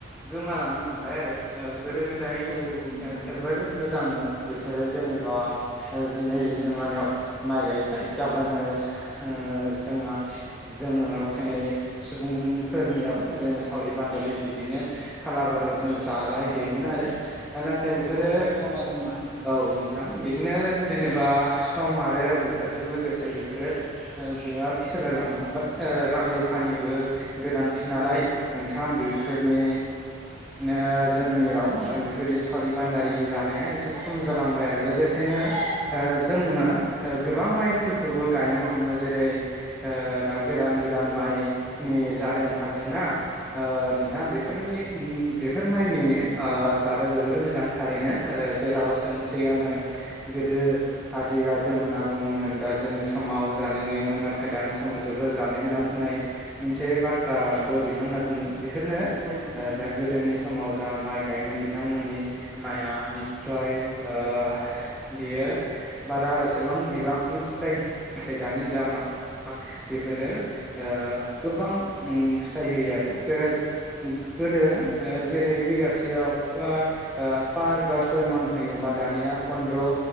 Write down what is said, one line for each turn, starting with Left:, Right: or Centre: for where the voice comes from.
Centre: गोमालांनो हमबाय आरो ओ गोदो-गोदाय
Left: औ औ नोंथां
Centre: ओ जोबोर
Left: औ
Centre: मो जांमोन बेफोरो जेनेबा ओ दिनै जोंहानियाव माइ गायबाय गाबोन ओ ओ जोंहा-जोंहानाव फैनाय सुबुंफोरनियाव जोङो सावरि-बान्दारि बिदिनो फाला-बादल जों जालायहैयोमोन आरो। नाथाय
Left: औ
Centre: बेफोरो
Left: ज' ज' जमा जमा
Centre: औ नों थां बिदिनो जेनेबा सम आरो बोथोरजों लोगोसे बेफोरो ओ बिराद सोलायलांनो हमबाय। ओ रां रुफानिबो गोनांथि नालाय। नोंथां बिफोरनि नो जोंनियाव आरो बेफोरबायदि सावरि-बान्दारि जानाया एसे खम जालांबाय आरो‌। लोगोसेनो जोङो गोबां माइफोरखौबो गायनो हमो जेरै ओ दा गोदान-गोदान माइ नि जाद ओंखारदोंना? ओ नोंथां बेफोरनि बेफोर माइनि ओ जादआ जोबोर मोजां थारैनो। ओ जेराव जों सिगाङो गोदो आजै-आजौमोना बुङोमोन दा जोंनि सम माव जानो गैयामोन नाथाय दानि समाव जोबोर जानो गोनां होननाय मोनसे बाथ्राबो बिथांमोनहा बुङो। बेफोरनो ओ
Left: औ नोंथां
Centre: जा गोदोनि समाव जा माइ गायोमोन बिथांमोननि माया निस्सय ओ बियो बारा एसेबां बिबांनि <unintelligible> नाथाय दानि जा मा <unintelligible> बेफोरो ओ गोबां उम फिथाइ होयो आरो <unintelligible> गोदो ओ जेरै बिगासेयाव <unintelligible> पास बा सय मन होयोमोन बा दानिया पनन्द्र